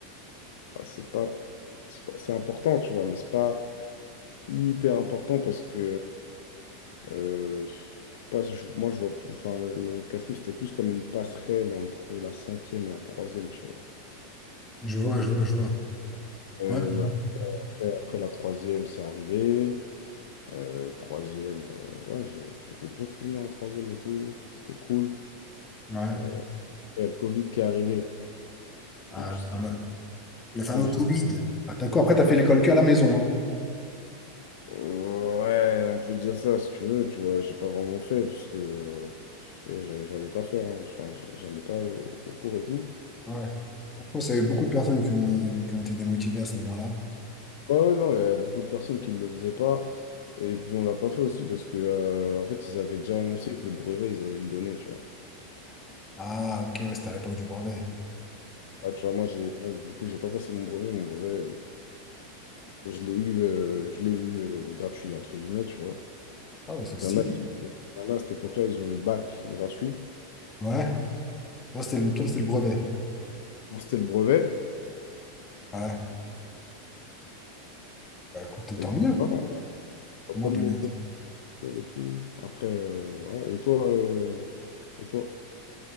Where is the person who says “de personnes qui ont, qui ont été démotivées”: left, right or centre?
Left